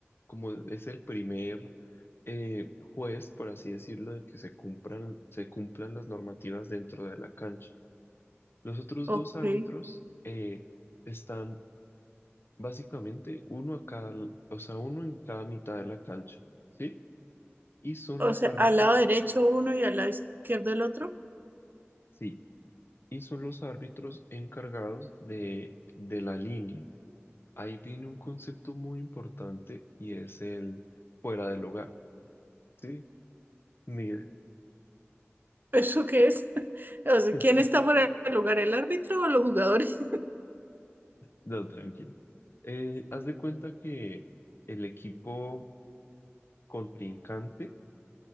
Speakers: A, on the left; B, on the right.
A: Como es el primer eh, juez, por así decirlo, de que se cumplan, se cumplan las normativas dentro de la cancha. Los otros
B: Ok.
A: dos árbitros eh, están Básicamente, uno a cada, o sea, uno en cada mitad de la cancha, ¿sí? Y son
B: O
A: los
B: sea,
A: árbitros,
B: al lado derecho uno y al lado izquierdo el otro.
A: sí, y son los árbitros encargados de, de la línea. Ahí viene un concepto muy importante y es el fuera del hogar, ¿sí? Mira,
B: ¿Eso qué es? <laughs> O sea,
A: <laughs>
B: ¿quién está fuera del lugar, el árbitro o los jugadores? <laughs>
A: no, tranquilo. Eh, haz de cuenta que el equipo contrincante,